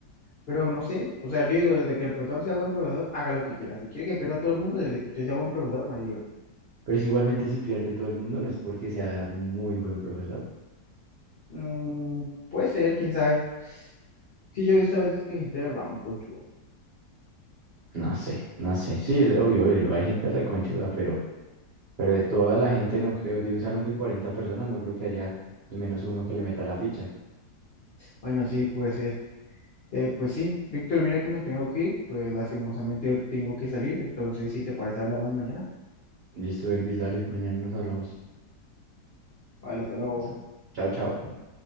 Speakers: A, on the left (about 50°); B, on the right (about 65°).
A: Pero no sé, o sea, yo digo, desde que el profesor sea buen profesor, haga lo que quiera. Si quiere que pierda a todo el mundo, desde que usted sea buen profesor, no hay lío.
B: Pero es que igualmente si pierde todo el mundo, no es porque sea muy buen profesor.
A: Mm, puede ser, quién sabe. Sí, yo he visto a veces que hay gente de verdad muy conchuda.
B: No sé, no sé. Sí, es obvio, obvio, hay gente reconchuda, pero, pero de toda la gente no creo, de un salón de 40 personas, no creo que haya al menos uno que le meta la ficha.
A: Bueno, sí, pues ser. Eh, pues sí, Víctor, mira que me tengo que ir, pues lastimosamente yo tengo que salir, entonces si te parece hablamos mañana.
B: Listo, Elvis, dale, mañana nos hablamos.
A: Vale, hasta luego.
B: Listo. Chao, chao.